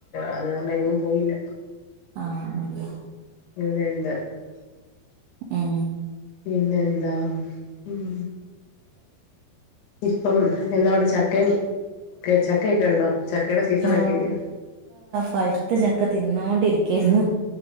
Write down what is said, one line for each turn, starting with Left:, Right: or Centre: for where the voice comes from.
Left: അത് കാരണം എങ്ങും പോയില്ല
Right: ആ അത്
Left: ഇവിടെണ്ട്
Right: ഉം
Left: പിന്നെന്താ ഉം ഇപ്പം എന്താവിടെ ചക്കയൊക്കെ ഉണ്ടോ? ചക്കയുടെ സീസണൊക്കെ
Right: ഓ
Left: ഇല്ലയോ
Right: പഴുത്ത ചക്ക തിന്നോണ്ടിരിക്കുവായിരുന്നു